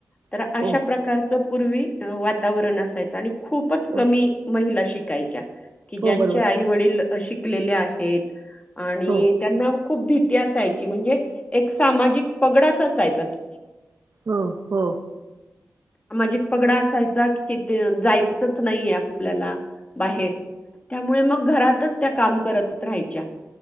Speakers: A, on the left; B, on the right.
A: तर
B: हो
A: अशा प्रकारच पूर्वी वातावरण असायचं आणि खूपच कमी
B: हो
A: महिला शिकायच्या की ज्यांच्या
B: हो बरोबर
A: आई वडील शिक कलेले आहेत. आणि
B: हो
A: त्यांना खूप भीती असायची म्हणजे एक सामाजिक पगडाच असायचा.
B: हो हो.
A: सामाजिक पगडा असायचा किथ जायचच नाहीये आपल्याला बाहेर त्यामुळे मग घरातच त्या काम करत राहायच्या.